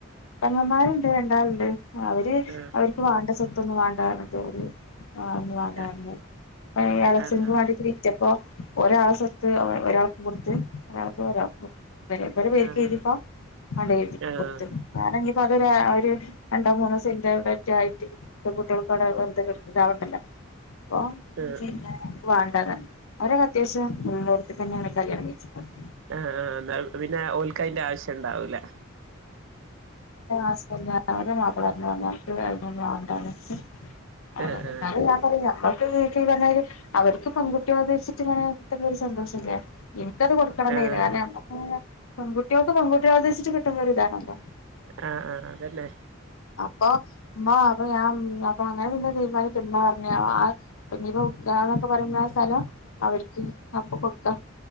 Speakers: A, on the left (about 80°); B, on the right (about 65°).
A: പെങ്ങന്മാര്ണ്ട് രണ്ടാള്ണ്ട് അവര്
B: ആഹ്
A: അവർ.. ഇപ്പവാണ്ട സ്വത്തൊന്നും വേണ്ടാന്ന് പറഞ്ഞിട്ട് ഓല്.. <unintelligible>
B: ആഹ്
A: എളേച്ചൻക്ക്
B: ആഹ്
A: വാണ്ടിട്ട് <unintelligible> അ പ്പോ ഒരാളെ സ്വത്ത് ഒരാൾക്ക് കൊടുത്ത് ഒരാളത് ഒരാൾക്ക് കൊടുത്തു ഇബ ഇവരെ പേര്ക്ക്
B: ആഹ്
A: എഴുതിപ്പ അടെ എഴുതി
B: ആഹ് ആഹ്
A: കൊടുത്ത് വേറെന്നിപ്പതൊ ഒരു രണ്ടോ മൂന്നോ സെന്റോ എവിടെറ്റായിട്ട് ഇപ്പ കുട്ടയോൾക്കോടെ വെറുതെ കെടന്ന് താവണ്ടല്ലോ പ്പോ
B: ആഹ്
A: പിന്നേ വാണ്ടതാ അവരൊക്കെ അത്യാവശ്യം ഉള്ളോട് ത്ത് ക്കെന്നേണ് കല്യാണം കഴിച്ച്ക്ക്ന്നത്
B: ആ ന്നാ പിന്നെ ഓൽക്കയിന്റെ ആവശ്യണ്ടാവൂല
A: അസ്മാ വിൻ്റെ മാപ്പള പറഞ്ഞു <unintelligible> <unintelligible>
B: ആഹ് ആഹ്
A: നമ്മക്ക് വീട്ടിന്ന് പറഞ്ഞ മാതിരി അവർക്ക് പെൺകുട്ടി ഉദ്ദേദിച്ചിട്ട ഇങ്ങനെ കിട്ടുന്നരു സന്തോഷല്ലെ <unintelligible> എനിക്കത് കൊടുക്കണ നിന്നു
B: ആഹ്
A: കാരണം നമക് പെൺകുട്ട്യോൾക്ക് പെൺകുട്ട്യോൾത് ഉദ്ദേശിച്ചത് കിട്ടുമ്പോ ഒരിതാണല്ലോ
B: ആഹ് ആഹ് അതന്നെ
A: അപ്പ ഉമ്മ അപ്പൊ ഞാ അപ്പൊ അങ്ങനെ പിന്നെ തീരുമാനിച്ചിട്ട് ഇമ്മ പറഞ്ഞ് പിന്നീപ്പ വിക്കാന്നൊക്കെ പറയുമ്പോഴ ആ സ്ഥലം അവർക്ക് അപ്പൊ കൊടുക്കാം